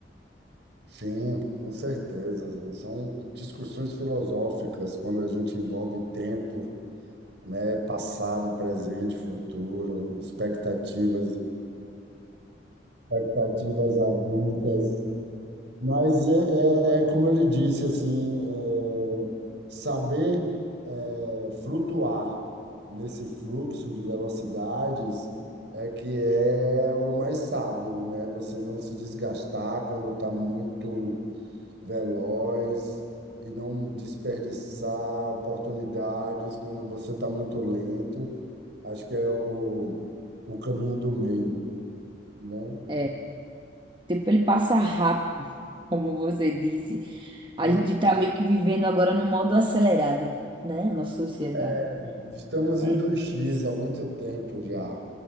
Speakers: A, on the right; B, on the right.
A: sim, com certeza. São discussões filosóficas quando a gente envolve tempo, né? Passado, presente, futuro, expectativas, expectativas adultas. Mas é, é, é como eu lhe disse, assim, é, saber é, flutuar nesse fluxo de velocidades é que é o mais sábio, né? Você não se desgastar quando está muito veloz e não desperdiçar oportunidades quando você está muito lento. Acho que é o, o caminho do meio, né?
B: É, o tempo ele passa rápido, <laughs> como você disse. A
A: Pois
B: gente tá meio que vivendo agora no modo acelerado, né, nossa sociedade.
A: é, estamos
B: É
A: em dois x
B: isso,
A: há muito tempo já.